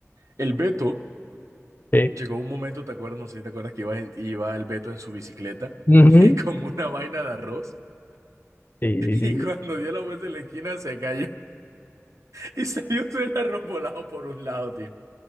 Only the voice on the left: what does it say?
Sí,
Ujú.
sí, sí, sí.